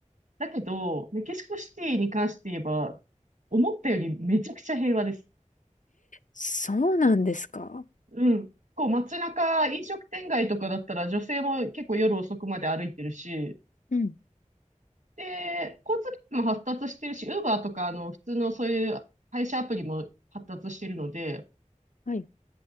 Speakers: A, on the right; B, on the left.
A: だけど、メキシコシティに関して言えば、思ったよりめちゃくちゃ平和です。
B: そうなんですか。
A: うん。こう街中、飲食店街とかだったら女性も結構夜遅くまで歩いてるし、
B: うん。
A: で、交通機関も発達してるし、ウーバーとかあの普通のそういう配車アプリも発達してるので、
B: はい。